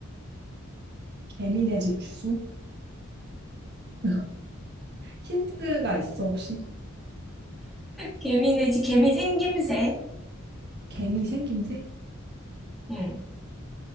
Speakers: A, on the right; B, in the centre.
A: 개미네 집 주소? <laughs> 힌트가 있어, 혹시?
B: 개미네 집, 개미 생김새.
A: 개미 생김새?
B: 응.